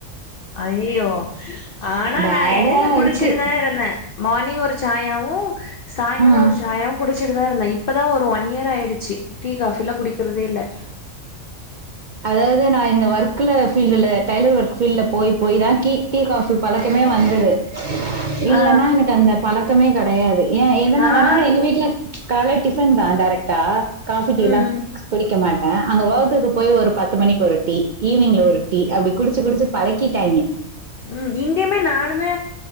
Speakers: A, on the left (about 55°); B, on the right (about 80°).
A: அய்யயோ ஆனா
B: பேடா
A: நான் எடையில குடிச்சிட்டு
B: இருக்கு
A: தான் இருந்தன் மார்னிங் ஒரு சாயாவும் சாய்ங்காலம்
B: ம்
A: ஒரு சாயாவும் குடி ச்சிட்டுதான் இருந்தன் இப்பதான் ஒரு ஒன் இயர் ஆயிடுச்சி டீ காஃபிலாம் குடிக்கிறதே இல்ல
B: அதாவது நான் இந்த ஒர்க்ல ஃபீல்டுல டைலர் ஒர்க் ஃபீல்ட்ல போய் போயி தான் கி டீ காஃபி பழக் கமே வந்தது இல்லன்னா
A: ஆ
B: எனக்கு அந்த பழக்கமே க டையாது ஏ எதனாலனா
A: நான்
B: எங்க வீட்ல கால்ல டிஃபன் தா டேரெக்ட்டா காஃபி டீலாம்
A: ம்
B: குடிக்க மாட் ட்டே அங்க வொர்க்குக்கு போய் ஒரு பத்து மணிக்கு ஒரு டீ ஈவினிங்ல ஒரு டீ அப்டி குடிச்சு குடிச்சு பழக்கிட்டாய்ங்க.
A: ம் இங்கயுமே நானுமே